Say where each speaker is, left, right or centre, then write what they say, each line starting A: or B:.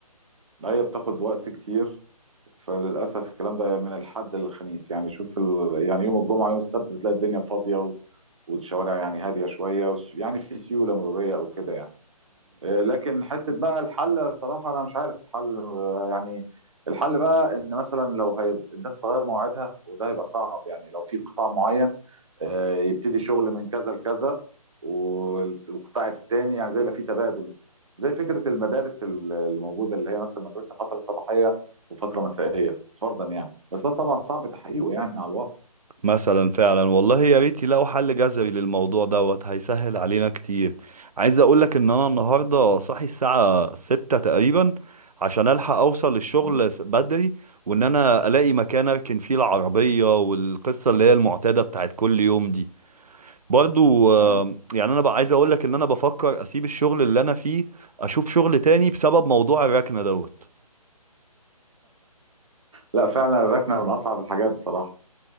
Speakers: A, on the right; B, on the right.
A: لا هي بتاخد وقت كتير فللاسف الكلام ده من الحد للخميس يعني شوف ال... يعني يوم الجمعه يوم السبت بتلاقي الدنيا فاضيه و... والشوارع يعني هاديه شويه وس... يعني في سيوله مروريه او كده يعني آه، لكن حته بقى الحل صراحه انا مش عارف الحل آه، يعني الحل بقى ان مثلا لو هي... الناس تغير موعدها وده هيبقى صعب يعني لو في قطاع معين آه، يبتدي شغل من كذا لكذا والقطاع الثاني يعني زي يبقى في تبادل زي فكره المدارس اللي موجوده اللي هي مثلا مدرسه فتره صباحيه وفتره مسائيه فرضا يعني بس ده طبعا صعب تحقيقه يعني على الواقع
B: مثلا فعلا والله يا ريت يلاقوا حل جذري للموضوع دوت هيسهل علينا كتير عايز اقولك ان انا النهارده صاحي الساعة ستة تقريبا عشان الحق اوصل للشغل
A: مم.
B: س- بدري وان انا الاقي مكان اركن فيه العربية والقصة اللي هي المعتادة بتاعت كل يوم دي برضو آه،
A: أيوة.
B: يعني انا بقى عايز اقولك ان انا بفكر اسيب الشغل اللي انا فيه اشوف شغل تاني بسبب موضوع الركنة دوت
A: لا فعلا الركنه من اصعب الحاجات بصراحه